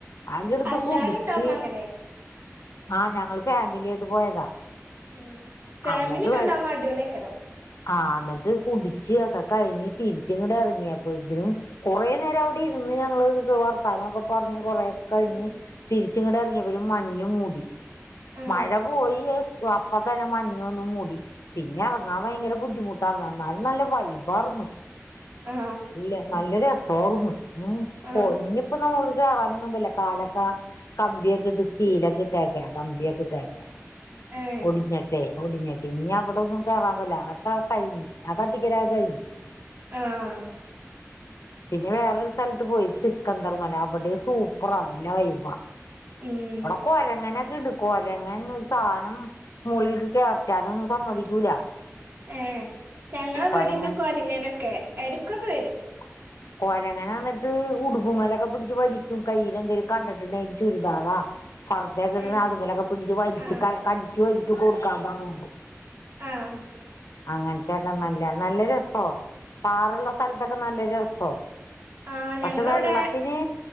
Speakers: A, on the left; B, on the right.
A: അതെടുത്ത്
B: എല്ലാരും
A: കുടിച്ച്
B: ഉണ്ടാവുമ്പോ അങ്ങനെ
A: ആഹ് ഞങ്ങള് ഫാമിലിയായിട്ട് പോയതാ
B: ഉം ഫാമിലി
A: അന്ന്ട്ട്
B: ഒക്കെ
A: വെള്ള
B: ഉണ്ടാവുമ്പോ അടിപൊളിയേക്കാരം
A: ആ എന്നിട്ട് കുടിച്ച് ഒക്കെ കഴിഞ്ഞ് തിരിച്ചിങ്ങിട് ഇറങ്ങിയപ്പൊതിനും കൊറേ നേരം അവിടിരുന്ന് ഞങ്ങള് വർത്താനൊക്കെ പറഞ്ഞ് കൊറേക്കെ കഴിഞ്ഞ്
B: ഉം
A: തിരിച്ചിങ്ങട് എറങ്ങിയപ്പോഴും മഞ്ഞ് മൂടി
B: ആ
A: മഴ പോയി അപ്പ തന്നെ മഞ്ഞ് വന്നു മൂടി പിന്നെറങ്ങാൻ ഭയങ്കര ബുദ്ധിമുട്ടാർന്നു എന്നാലും നല്ല വൈബാർന്ന്
B: ആ
A: ഇല്ല നല്ല രസോർന്ന് ഉം
B: ആ
A: പോ ഇഞ്ഞ്പ്പോ നമ്മ കേറാനൊന്നുമ്പോവുല്ല കാലൊക്കെ കമ്പിയൊക്കെ ഇട്ട് സ്റ്റീലൊക്കെ ഇട്ടേക്കെ കമ്പിയൊക്കെ ഇട്ടേക്കെ
B: ഏ
A: ഒടിഞ്ഞട്ടേ ഒടിഞ്ഞട്ട് ഇഞ്ഞി അവിടൊന്നും കേറാൻവല്ല <unintelligible> അവൊക്കെ കഴിഞ്ഞ് അ കത്തിക്ക്ര കഴിഞ്
B: ആഹ്
A: പിന്നെ വേറൊരു സ്ഥലത്ത് പോയി സിക്കന്ദർ മല അവിടെം സൂപ്പറ നല്ല വൈബ
B: ഉം
A: അവിടെ കൊരങ്ങനൊക്കെണ്ട് കൊരങ്ങൻ ഒരു സാധനം മൂളിൽക്ക് കേർറ്റാനൊന്നും സമ്മതിക്കൂല
B: ഏഹ് ഞങ്ങളിവിടെ
A: കൊരങ്ങൻ
B: ഇണ്ട് കൊരങ്ങനൊക്കെ എടക്കൊക്കെ വരും
A: <inaudible> കൊരങ്ങനന്നിട്ട് ഉടുപ്പുമേലൊക്കെ പിടിച്ച് വലിക്കും കയ്യിലെന്തെലും കണ്ടിട്ടുണ്ടെ ചുരിതാളാ പറുദ്ദേത്തേക്കെ
B: ഏ
A: ഇട്ട അതുമലൊക്കെ പിടിച്ച് വലിച്ച്
B: ആ
A: കടിച്ചു വലിക്കും കൊടുക്കാ പാറുമ്പോ
B: ആഹ്
A: അങ്ങനത്തെക്കെ നല്ല നല്ല രസോ പാറ ഉള്ള സ്ഥലത്തൊക്കെ നല്ല രസോ
B: ആ
A: പക്ഷെ
B: ഞങ്ങളവിടെ
A: വെള്ളത്തിന്